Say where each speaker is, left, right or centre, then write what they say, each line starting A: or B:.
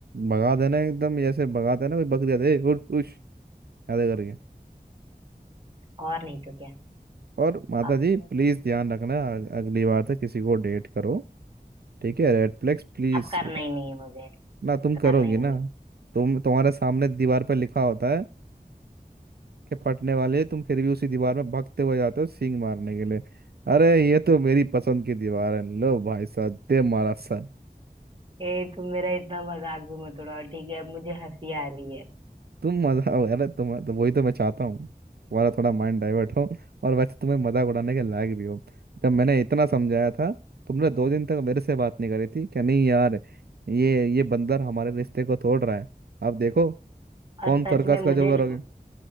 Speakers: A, on the right; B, on the right.
A: भगा देना एकदम जैसे भगा देना कोई बकरी आते ए उठ उश ऐसे करके
B: और नहीं तो क्या
A: और माता
B: अब
A: जी
B: तो
A: प्लीज
B: मैं उसको देख
A: ध्यान रखना अग- अगली बार से किसी को डेट करो ठीक है Red flags please
B: अब करना ही नहीं है मुझे
A: ना
B: करना
A: तुम करोगी
B: ही नहीं
A: ना तुम तुम्हारे सामने दीवार पर लिखा होता है के फटने वाले तुम फिर भी उसी दीवार में भगते हुए जाते हो सींग मारने के लिए अरे ये तो मेरी पसंद की दीवार है लो भाई साहब दे मारा सर
B: है ए तुम मेरा इतना मजाक भी मत उड़ाओ ठीक है अब मुझे हंसी आ रही है
A: तुम मजा अरे तुम तो वही तो मैं चाहता हूँ तुम्हारा थोड़ा माइंड डाइवर्ट हो और वैसे तुम्हें मजाक उड़ाने के लायक भी हो जब मैंने इतना समझाया था तुमने दो दिन तक मेरे से बात नहीं करी थी क्या नहीं यार ये ये बंदर हमारे रिश्ते को तोड़ रहा है अब देखो कौन
B: और सच
A: सर्कस
B: में मुझे
A: का जो करोगे
B: ल-